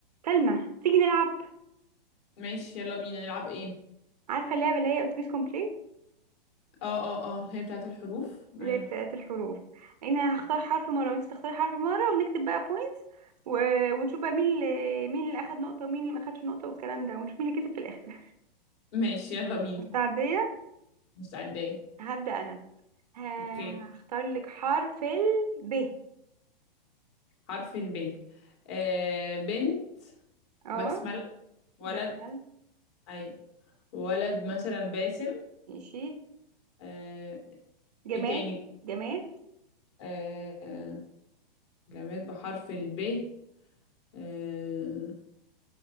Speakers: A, on the right; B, on the left.
A: سلمى تيجي نلعب
B: ماشي يلا بينا نلعب ايه
A: عارفة اللعبة اللي هي اتوبيس كومبليت
B: اه اه اه اللي هي بتاعت الحروف ايوه
A: اللي هي بتاعت الحروف انا هختار حرف مرة وانت تختاري حرف مرة ونكتب بقى بوينتس و... ونشوف بقى مين اللي مين اللي اخد نقطة ومين اللي ما اخدش نقطة والكلام ده ونشوف مين اللي كسب في الاخر
B: ماشي يلا
A: <laughs>
B: بينا
A: مستعدية
B: مستعدة
A: هبدأ انا ه-
B: اوكي
A: هختار لك حرف ال ب
B: حرف الب آه بنت
A: اه
B: بسملة ولد
A: بسمل
B: ايوه ولد مثلا باسم
A: ماشي
B: آه
A: جماد
B: ايه تاني
A: جماد
B: آه آه، جماد بحرف الب آه